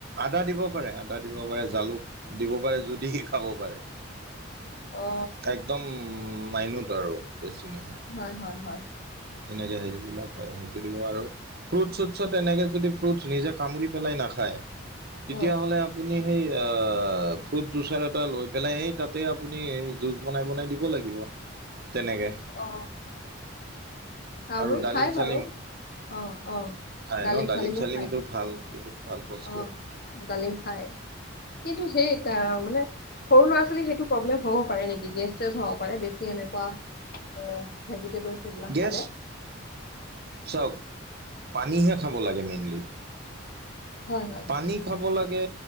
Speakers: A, on the right; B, on the left.
A: আদা দিব পাৰে আদা দিব পাৰে জালুক দিব পাৰে যুদি খাব পাৰে
B: অ
A: একদম মাইনত আৰু বেছি নহয়
B: হয় হয় হয়
A: তেনেকে সেইবিলাক হয় সেইটো দিব আৰু ফ্ৰুট চুটত তেনেকে যদি ফ্ৰুট নিজে কামুৰি পেলাই নাখায় তেতিয়াাহ'লে
B: উম
A: আপুনি সেই এ ফ্ৰুট জুচাৰ এটা লৈ পেলাই সেই তাতে আপুনি জুচ বনাই বনাই দিব লাগিব তেনেকে
B: অ কামুৰি
A: আৰু ডালিম
B: খাই বাৰু
A: চালিম
B: অ অ
A: খাই ন ডালিম
B: চালিমো
A: চালিমটো
B: খায়
A: ভাল বহুত ভাল বস্তু
B: অ জালিম খাই কি ত সেই ত মানে সৰু ল'ৰা ছোৱালী সেইটো প্ৰব্লেম হব পাৰে নেকি গেষ্ট চে হ কৰে বেছি এনেকুৱা এ ভেজিটেবল এইবিলাক
A: গেছ
B: খালে
A: চাওক পানীহে খাব লাগে মেইনলি
B: হয় হয়
A: পানী খাব লাগে